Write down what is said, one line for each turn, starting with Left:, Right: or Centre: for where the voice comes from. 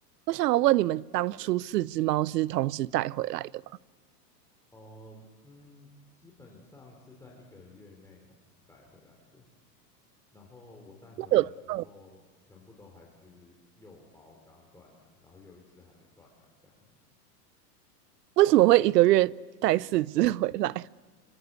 Right: 我想要问你们，当初四只猫是同时带回来的吗？
Centre: 哦，嗯，基本上是在一个月内同时带回来的。然后我带回来的时候，
Right: 那有，嗯，
Centre: 全部都还是幼猫刚断奶，然后有一只还没断奶这样子。
Right: 为什么会一个月带四只回来？